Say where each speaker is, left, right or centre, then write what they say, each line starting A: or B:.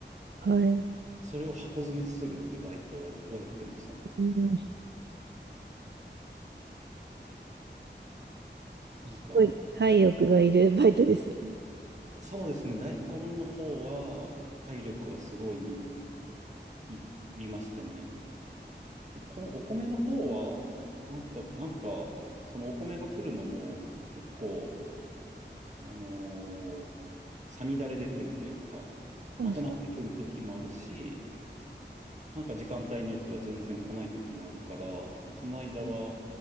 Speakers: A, on the right; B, on the right.
A: はい。
B: それを箱詰めするってバイトをやってました。
A: ね
B: なんか、
A: すごい体力がいるバイトですよね。
B: そうですね、大根の方は体力はすごいいいりましたね。で、こん、お米の方は、なんと、なんか、そのお米が来るのも結構、あのーさみだれで来るというか、
A: あ、
B: まとまってくる時もあるし、
A: そう、
B: なんか時間帯によっては全然来ない時もあるから、その間は、